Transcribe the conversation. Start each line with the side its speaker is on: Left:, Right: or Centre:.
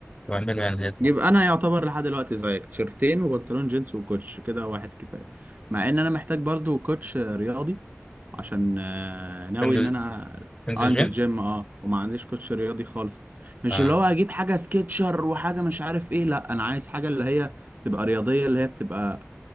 Left: واعمله يعني هيطلع
Right: يبقى انا يعتبر لحد دلوقتي زيك تيشرتين وبنطلون جينز وكوتش كده واحد كفايه مع ان انا محتاج برضو كوتش رياضي عشان آه، ناوي
Left: تنزل
Right: ان انا
Left: تنزل
Right: انزل
Left: جيم
Right: جيم اه وما عنديش كوتش رياضي خالص مش
Left: آه.
Right: اللي هو اجيب حاجه سكيتشر وحاجه مش عارف ايه لا انا عايز حاجه اللي هي تبقى رياضيه اللي هي بتبقى